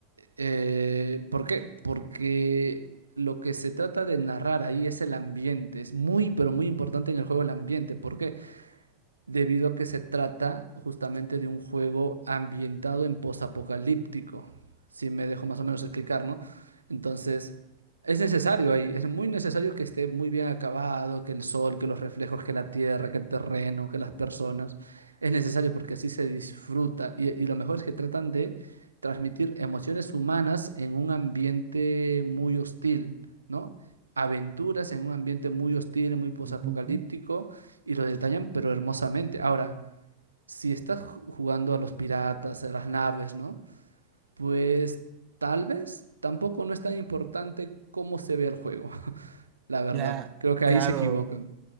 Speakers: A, on the right; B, on the right.
A: Eh, ¿por qué? Porque lo que se trata de narrar ahí es el ambiente. Es muy, pero muy importante en el juego el ambiente. ¿Por qué? debido a que se trata justamente de un juego ambientado en posapocalíptico, si me dejo más o menos explicar, ¿no? Entonces, es necesario ahí, es muy necesario que esté muy bien acabado, que el sol, que los reflejos, que la tierra, que el terreno, que las personas, es necesario porque así se disfruta y, y lo mejor es que tratan de transmitir emociones humanas en un ambiente muy hostil, ¿no? Aventuras en un ambiente muy hostil, muy posapocalíptico
B: Ujú.
A: y lo detallan, pero hermosamente. Ahora, si estás ju- jugando a los piratas, a las naves, ¿no? Pues tal vez tampoco no es tan importante cómo se ve el juego, <laughs> la verdad.
B: La,
A: Creo que
B: claro,
A: ahí se equivocan.